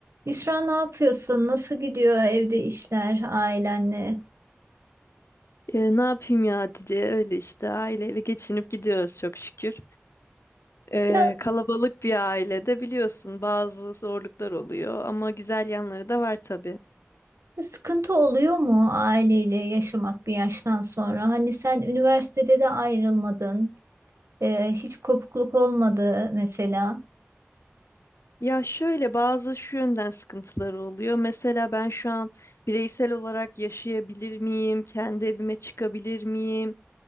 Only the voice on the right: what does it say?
Büşra ne yapıyorsun? Nasıl gidiyor evde işler ailenle?
Ya
sıkıntı oluyor mu aileyle yaşamak bir yaştan sonra? Hani sen üniversitede de ayrılmadın, e, hiç kopukluk olmadı mesela.